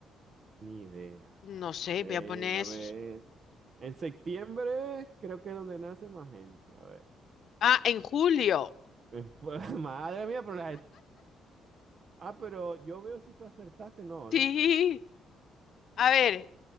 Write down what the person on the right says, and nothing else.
Ni idea.
A ver,
a
ver. En septiembre creo que es donde nace más gente. A ver.
<laughs> Madre mía, pero la... Ah, pero yo veo si tú acertaste, no,
¿no?